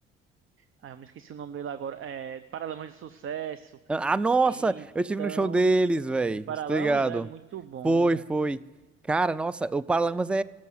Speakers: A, on the right; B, in the centre.
A: Ah, eu me esqueci o nome dele agora. É. Paralamas de Sucesso.
B: Ah, nossa,
A: Então.
B: eu tive no show deles, velho.
A: De Paralamas
B: Estou ligado.
A: é muito bom.
B: Foi, foi. Cara, nossa, o Paralamas é,